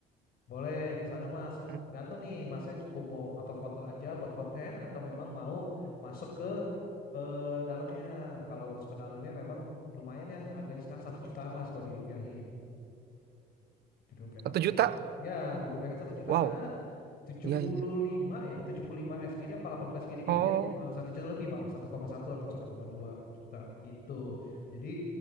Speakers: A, on the left; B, on the right.
A: boleh ke sana mas,
B: Hmm.
A: tergantung nih masnya cukup mau foto-foto aja buat konten atau memang mau masuk ke eh, dalamnya. Kalau masuk ke dalamnya memang lumayan ya harganya sekarang satu jutaan mas kalau dirupiahin. Dirupiahkan
B: Satu
A: satu
B: juta?
A: juta. Ya dirupiahkan satu jutaan
B: Wow.
A: karena tujuh
B: Iya
A: puluh
B: iya. iya.
A: lima ya, 75 SGD apa 80 SGD
B: Oh,
A: gitu. Ya, eh, satu juta lebih malah, satu koma satu atau satu koma dua juta gitu. Jadi